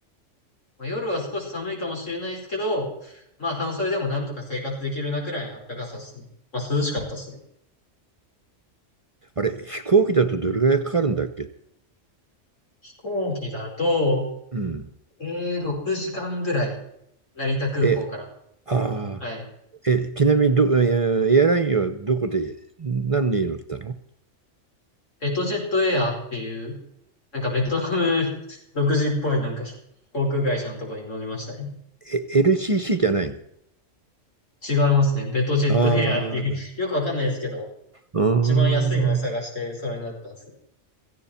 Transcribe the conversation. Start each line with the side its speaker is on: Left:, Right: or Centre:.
Left: まあ、夜は少し寒いかもしれないですけど、まあ半袖でもなんとか生活できるなくらいの暖かさですね。まあ涼しかったですね。
Right: あれ、飛行機だとどれぐらいかかるんだっけ
Left: 飛行機だと、
Right: うん。
Left: えー、6時間ぐらい、成田空港から。
Right: え、ああ、
Left: はい。
Right: え、ちなみにど、えーエアラインはどこで、何で乗ったの
Left: ベトジェットエアーっていう、なんかベトナム <laughs> 独自っぽいなんか航空会社のところに乗りましたね。
Right: え、LCC じゃないの
Left: 違いますね。ベトジェットエアーっていう
Right: ああ、う
Left: <laughs> よくわかんないですけど、
Right: ーん。
Left: 一番安いので探してそれになったんですね。